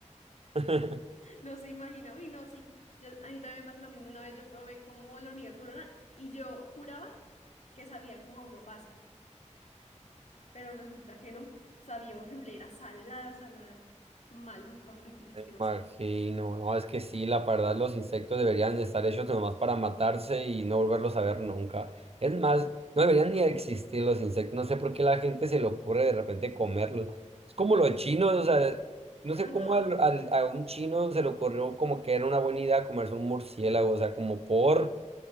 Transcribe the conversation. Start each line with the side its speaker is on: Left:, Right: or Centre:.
Right: <laughs>
Left: No se imagina. Uy, no, sí. Yo- a mí también me pasa lo mismo. Una vez yo probé como la hormiga culona y yo juraba que sabía como a uva pasa, pero resulta que no. Sabía horrible, era salada, salada. Maluca, horrible, asquerosa.
Right: Imagino, no, es que sí, la verdad los insectos deberían de estar hechos nomás para matarse y no volverlos a ver nunca. Es más, no deberían ni existir los insectos, no sé por qué la gente se le ocurre de repente comerlos. Es como los chinos, o sea, no
Left: Ajá.
Right: sé cómo al- al- a un chino se le ocurrió como que era una buena idea comerse un murciélago, o sea, como por,